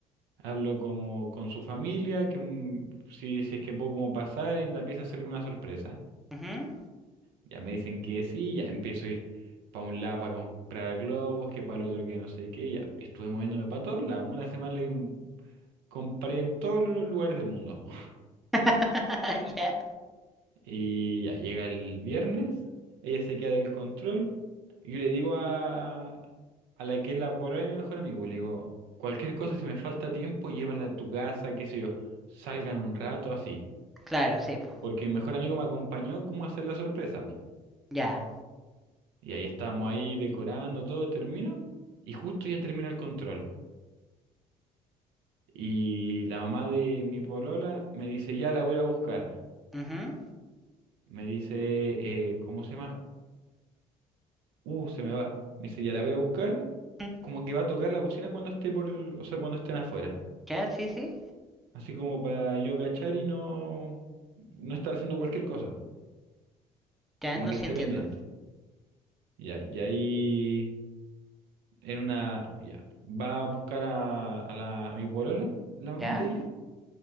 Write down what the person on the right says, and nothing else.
hablo como con su familia, que mm, si, si es que puedo como pasar en la pieza hacerle una sorpresa.
Ya me dicen que sí, ya empiezo a ir para un lado para comprar globos, que para el otro que no sé qué, ya. Y Estuve moviéndome para todos lados, una semana que m- compré en todos los lugares del mundo. <laughs>
Y ya llega el viernes, ella se queda del control, y yo le digo a, a la que es la polola de mi mejor amigo, le digo, cualquier cosa, si me falta tiempo, llévala a tu casa, qué sé yo, salgan un rato así.
Porque mi mejor amigo me acompañó como a hacer la sorpresa.
Y ahí estábamos ahí decorando, todo termino. Y justo ya termina el control. Y la mamá de mi polola me dice, ya la voy a ir a buscar.
Me dice, eh, ¿cómo se llama? Uh, se me va. Me dice, ya la voy a ir a buscar.
Como que va a tocar la bocina cuando esté por, o sea, cuando estén afuera.
Así como para yo cachar y no, no estar haciendo cualquier cosa.
Como
que
esté
pendiente. Ya, y ahí en una, ya, va a buscar a, a la, a mi polola, la mamá
de ella.